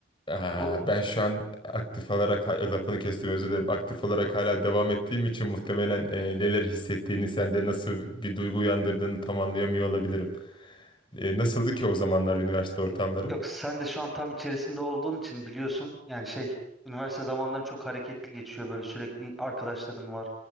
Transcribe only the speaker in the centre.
O
yok sen de şu an tam içerisinde olduğun için biliyorsun. Yani şey üniversite zamanları çok hareketli geçiyor böyle sürekli arkadaşların var.